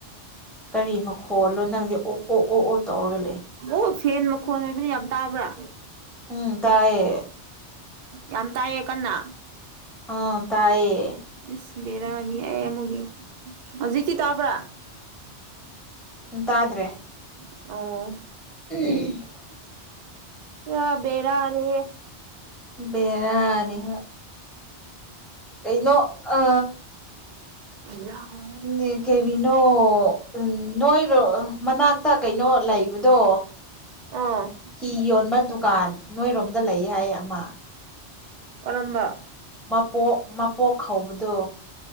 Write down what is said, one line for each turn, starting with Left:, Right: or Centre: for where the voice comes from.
Centre: ꯀꯔꯤ ꯃꯈꯣꯜꯂꯣ ꯅꯪꯗꯤ ꯑꯣꯛ ꯑꯣꯛ ꯑꯣꯛ ꯑꯣꯛ ꯇꯧꯔꯒ ꯂꯩ
Right: ꯑꯣ ꯐꯦꯟ ꯃꯈꯣꯟ ꯑꯣꯏꯕꯅ ꯌꯥꯝ ꯇꯥꯕ꯭ꯔꯥ
Centre: ꯎꯝ ꯇꯑꯌꯦ
Right: ꯌꯥꯝ ꯇꯥꯏꯌꯦ ꯀꯟꯅ
Centre: ꯑꯥ ꯇꯥꯏꯌꯦ
Right: ꯏꯁ ꯕꯤꯔꯥꯅꯤ ꯑꯩ ꯑꯃꯨꯛ ꯌꯦꯡ ꯍꯧꯖꯤꯛꯇꯤ ꯇꯥꯕ꯭ꯔꯥ
Centre: ꯎ ꯇꯥꯗ꯭ꯔꯦ
Right: ꯑꯣ
Centre: ꯎꯝ
Right: ꯑꯕꯦꯔꯅꯤꯦ
Centre: ꯕꯦꯔꯥꯅꯤ ꯍꯣꯏ ꯀꯩꯅꯩꯅꯣ ꯑ
Right: ꯌꯥ
Centre: ꯎꯝ ꯀꯦꯔꯤꯅꯣ ꯎꯝ ꯅꯣꯏꯔꯣ ꯃꯅꯥꯛꯇ ꯀꯩꯅꯣ ꯂꯩꯕꯗꯣ
Right: ꯑ
Centre: ꯐꯤ ꯌꯣꯟꯕ ꯗꯨꯀꯥꯟ ꯅꯣꯏꯔꯣꯝꯗ ꯂꯩ ꯍꯥꯏꯌꯦ ꯑꯃ
Right: ꯑꯣꯔꯝꯕ
Centre: ꯃꯄꯣꯛ ꯃꯄꯣꯛ ꯍꯧꯕꯗꯣ